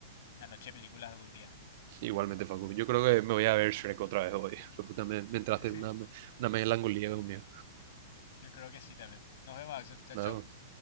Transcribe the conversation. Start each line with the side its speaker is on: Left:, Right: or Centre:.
Left: una noche de películas algún día.
Right: Igualmente, Facu. Yo creo que me voy a ver Shrek otra vez hoy. <laughs> Justamente me entraste
Left: <laughs>
Right: en una, una melancolía conmigo.
Left: Yo creo que sí también. Nos vemos, Axel. Chao,
Right: Nada,
Left: chao.